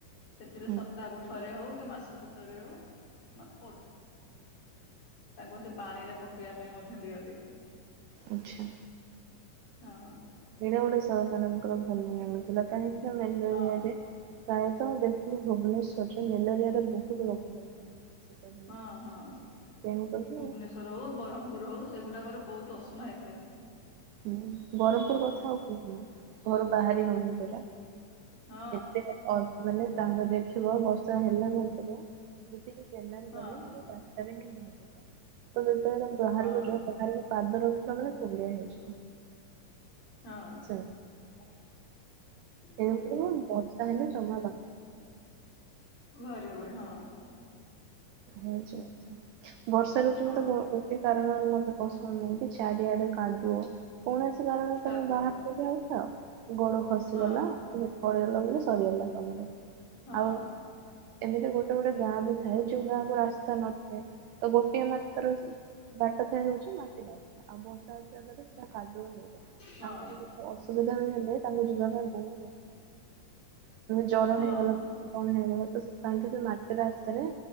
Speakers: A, on the left; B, on the right.
A: ସେଥିରେ
B: ହୁଁ
A: ସପ୍ତାହକୁ ଥରେ ହଉ କି ମାସକୁୁ ଥରେ ହଉ ତାଙ୍କୁ ସେ ପାଣି ରେ ପକେଇବା ପାଇଁ ମଧ୍ୟ ଦିଅନ୍ତି।
B: ଆଛା।
A: ହଁ।
B: ଏଇଟା ଗୋଟେ ସରକାରଙ୍କର <unintelligible> ଆଣୁଥିଲା କାହିଁକି ନା ମେଲରିଆରେ
A: ହଁ
B: ପ୍ରାୟତଃ ଦେଖ ଭୁବନେଶ୍ଵରରେ ମେଲେରିଆରେ ବହୁତ ଲୋକ ମିଳିଯାନ୍ତି। ତେଣୁ
A: ହଁ ହଁ।
B: କରି
A: ଭୁବନେଶ୍ୱର ହଉ ବ୍ରହ୍ମପୁର ହଉ ସେଗୁଡ଼ାକରେ ବହୁତ ଅସୁନା ହେଇଥାଏ।
B: ହୁଁ ବରମପୁର କଥା ଆଉ କୁହନି ଘରୁ ବାହାରି ହଉନି ପରା।
A: ହଁ।
B: ଏତେ ଅ ମାନେ ତାଙ୍କର ଦେଖିବ ବର୍ଷା ହେଲା ମାତ୍ରେ ଯେତିକି କେନାଲ
A: ହଁ।
B: ପାଣି ରାସ୍ତାରେ ହିଁ ଭସିଥାଏ ତ ଯେତେବେଳେ ତମ ବାହାରକୁ
A: ହଁ
B: ଯାଉ ବାହାରେ ପାଦ ରଖିବ ମାନେ କୁଣ୍ଡେଇ ହେଇଯ
A: ହଁ।
B: ଚା।
A: <inaudible>
B: ତେଣୁକରି
A: ହୁଁ
B: ମୁଁ ବର୍ଷା ହେଲେ ଜମା ବା
A: ବାହାରି ହବନି ହଁ
B: ହଉଛି ମ ବର୍ଷା ଋତୁ
A: ହଁ
B: ମତେ କାରଣରୁ ମତେ ପସନ୍ଦ ନାହିଁ କି ଚାରିଆଡେ କାଦୁଅ କୌଣସି କାରଣରେ
A: କାଦୁଅ
B: ତ ମୁଁ ବା ଆଉ ଗୋଡ ଖସିଗଲା
A: ହଁ
B: ପଡିଗଲା ବୋଲି ସରିଗଲା ତମର।
A: ହଁ
B: ଆଉ ଏମିତି ଗୋଟେ ଗୋଟେ ଗାଁ ବି ଥାଏ ଗାକୁ ରାସ୍ତା ନଥାଏ ତ ଗୋଟିଏ ମାତ୍ର ବାଟ ଥାଏ ହଉଛି ମାଟିରସ୍ତା। ଆଉ ବର୍ଷା ଅ ଜନରେ ସେଟା କାଦୁଅ ହେଇଯାଏ
A: ହଁ
B: <unintelligible> ଅସୁବିଧା ହେଲେ ଯିବା ପାଇଁ ବହୁତ ଅସୁବିଧା ହଉଚି। ଜର
A: ହଁ
B: ହେଇଗଲ କି କ'ଣ ହେଇଗଲା ତ ତାଙ୍କେ ସେ ମାଟି ରାସ୍ତାରେ